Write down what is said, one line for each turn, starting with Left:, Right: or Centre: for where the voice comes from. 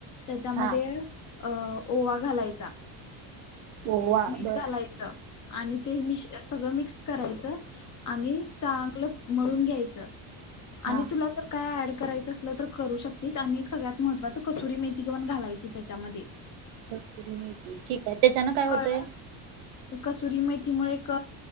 Left: त्याच्यामध्ये
Right: हा
Left: अं ओवा घालायचा.
Right: ओवा
Left: मीठ
Right: बर
Left: घालायचं आणि ते मि सगळं मिक्स करायचं. आणि चांगलं मळून घ्यायचं
Right: हा
Left: आणि तुला जर काय ऍड करायचं असलं तर करू शकतेस. आणि एक सगळ्यात महत्वाचं कसुरी मेथी घेन घालायची त्याच्यामध्ये.
Right: कसूरी मेथी ठीक आहे. त्याच्यानं काय होतंय?
Left: कळलं कसुरी मेथीमुळे एक